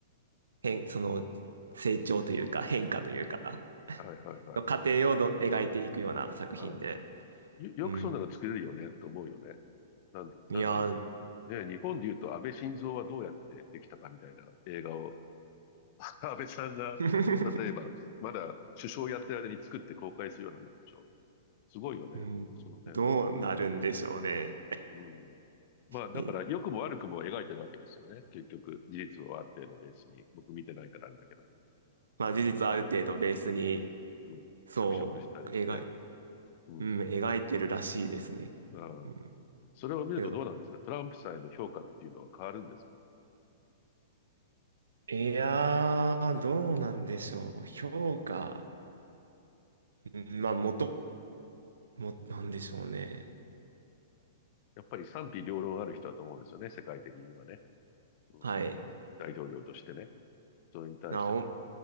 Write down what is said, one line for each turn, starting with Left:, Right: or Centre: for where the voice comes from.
Right: 変、その成長というか変化というか、
Left: はいはいはい。
Right: の過程をの描いていくような作品で。
Left: そう。ああ、よ、よくそんなの作れるよね、
Right: うん。
Left: と思うよね。なん、なんていうの、
Right: いやー、
Left: ね、日本で言うと安倍晋三はどうやってできたかみたいな映画を、<laughs> 安倍さんが、
Right: <laughs>
Left: 例えば、まだ首相やってる間に作って公開するようなものでしょ。すごいよね、
Right: うん、
Left: その辺。
Right: どうなるんでしょうね。
Left: うん。まあ、だから、
Right: <laughs> うん
Left: 良くも悪くも描いてるわけですよね。結局、事実をある程度ベースに。僕見てないからあれだけど。
Right: まあ事実ある程度ベースに、
Left: うん、うん。
Right: そう、
Left: 脚色したりして。
Right: 描い、
Left: うん。
Right: うん、描いてるらしいですね。
Left: ああ。
Right: うん、
Left: それを見るとどうなんですかトランプさんへの評価っていうのは変わるんですか
Right: けど、いやー、どうなんでしょう。評価。うんまあ、元、も、なんでしょうね。
Left: うん。やっぱり賛否両論ある人だと思うんですよね、世界的に今ね。うん
Right: はい。
Left: 大統領としてね、それに対しての、
Right: なお、